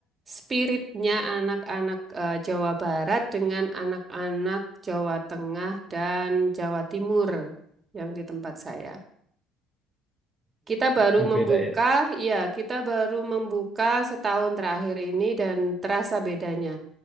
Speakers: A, on the right; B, in the centre.
A: spiritnya anak-anak eh, Jawa Barat dengan anak-anak Jawa Tengah dan Jawa Timur yang di tempat saya. Kita baru
B: lebih
A: membuka,
B: beda ya
A: ya, kita baru membuka setahun terakhir ini dan terasa bedanya.